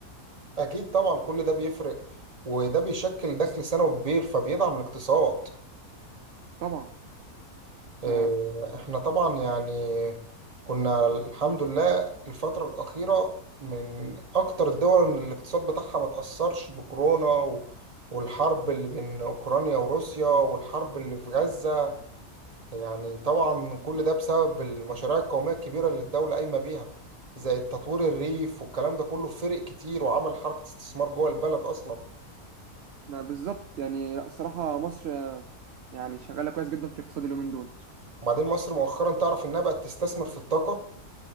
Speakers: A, on the right; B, on the right.
A: اكيد طبعا كل ده بيفرق وده بيشكل دخل سنوي كبير فبيدعم الاقتصاد
B: طبعا
A: آه،
B: ف
A: احنا طبعا يعني كنا الحمد لله الفتره الاخيره من اكتر الدول ان الاقتصاد بتاعها ما تاثرش بكورونا و- والحرب اللي بين اوكرانيا وروسيا والحرب اللي في غزه يعني طبعا كل ده بسبب المشاريع القومية الكبيرة اللي الدولة قايمة بيها زي التطوير الريف والكلام ده كله فرق كتير وعمل حركة استثمار جوه البلد أصلا
B: ما بالظبط يعني لا الصراحه مصر يعني شغاله كويس جدا في الاقتصاد اليومين دول
A: وبعدين مصر مؤخرا تعرف إنها بقت تستثمر في الطاقة